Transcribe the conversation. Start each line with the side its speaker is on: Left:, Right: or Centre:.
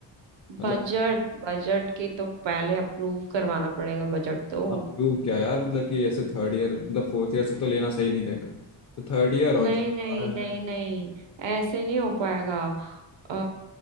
Left: मतलब
Right: बजट बजट की तो पहले अप्रूव करवाना पड़ेगा बजट तो
Left: आप प्रूव क्या यार मतलब कि ऐसे थर्ड ईयर मतलब फोर्थ ईयर से तो लेना सही नहीं रहेगा तो थर्ड ईयर
Right: नहीं
Left: और जो-
Right: नहीं नहीं नहीं ऐसे नहीं हो पाएगा अ,